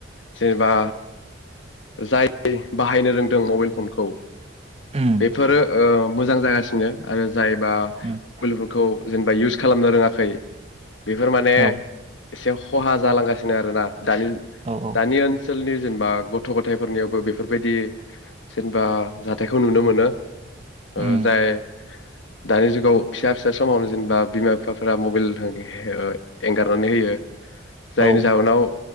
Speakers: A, on the left (about 85°); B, on the right (about 35°).
A: जेनेबा जाय बाहायनो रोंदों मबाइल फनखौ
B: उम
A: बेफोरो ओ मोजां जागासिनो आरो जायबा मबाइल
B: उम
A: फनखौ जेन बा इयुस खालामनो रोङाखै बे बेफोर माने
B: औ
A: एसे खहा जालांगासिनो। बिदिनो आरो ना। दानि
B: औ औ
A: दानि ओनस ओनसोलनि जेनेबा गथ' गथाय फोरनियावबो बेफोरबायदि जेनबा जाथायखौ नुनो मोनो। ओ
B: उम
A: जाय दानि जुगाव फिसा फिसा समावनो जेनेबा बिमा बिफाफोरा मबाइल होयो। <unintelligible> एंगारनानै होयो जायनि
B: औ
A: जाहोनाव